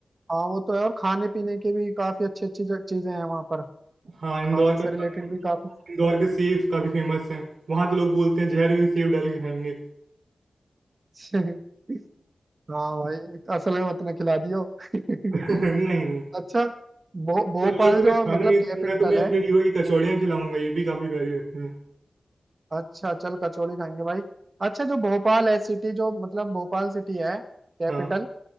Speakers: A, on the right; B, on the right.
A: हाँ वो तो है और खाने पीने के भी काफी अच्छी अच्छी जो- चीजें हैं वहां पर
B: हाँ इंदौर
A: खाने
B: का
A: से
B: खाना
A: रिलेटेड भी काफी
B: इंदौर के सेव काफी फेमस है वहां तो लोग बोलते हैं जहर में सेव डाल के खाएंगे
A: <laughs> हाँ भाई असल में मत ना खिला दियो <laughs>
B: <laughs> नहीं नहीं
A: अच्छा भो, भोपाल
B: चलो और तुम्हें
A: जो
B: खाना
A: मतलब
B: ये तो
A: कैपिटल
B: मैं तुम्हें अपने
A: है
B: रीवा की कचौड़ियाँ खिलाऊंगा ये भी काफी प्यारी लगती हैं
A: अच्छा चल कचौड़ी खाएंगे भाई अच्छा जो भोपाल है सिटी जो मतलब भोपाल सिटी है कैपिटल
B: हाँ